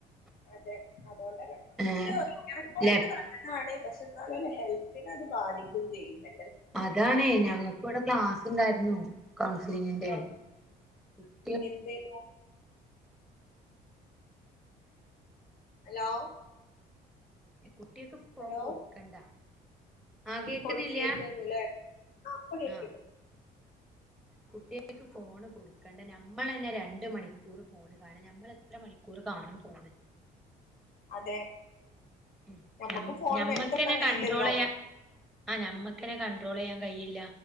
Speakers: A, on the left (about 60°); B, in the centre.
A: അതെ അതുകൊണ്ടന്നെ
B: ആഹ്
A: പക്ഷെ ഏറെക്കുറെക്കെ
B: <unintelligible>
A: നല്ലതാണ് പക്ഷെ എന്നാലല്ലേ ഹെൽത്തിനത് ബാധിക്കയും ചെയ്യും <unintelligible>
B: അതാണേ ഞങ്ങക്ക് ഇവിടെ ക്ലാസിണ്ടായിരുന്നു കൗൺസിലിങ്ങിന്റെ
A: ആഹ്
B: കുട്ടിക
A: എന്തേനു ഹലോ
B: കുട്ടിയൊക്ക്‌ ഫോൺ
A: ഹലോ
B: കൊടുക്കണ്ടാ ആ കേക്കുന്നില്ല
A: കൊടുക്കരുതന്ന്ല്ലേ ആഹ് ഇപ്പൊ കേക്ക്ണ്ട്
B: ആഹ് കുട്ടികക്ക് ഫോണ് കൊടുക്കണ്ട നമ്മള് തന്നെ രണ്ട് മണിക്കൂറ് ഫോണ് കാണും നമ്മള് എത്ര മണിക്കൂറ് കാണും ഫോണ്
A: അതെ
B: ഉം
A: ഞമ്മക്ക്
B: ഞം
A: ഫോണ്
B: ഞമ്മക്കന്നെ
A: നെട്ടൊക്കാൻ കഴിയില്ലല്ലോ
B: കണ്ട്രോളെയ്യാ ആ് ഞമ്മക്കന്നെ കണ്ട്രോളെയ്യാൻ കഴിയില്ല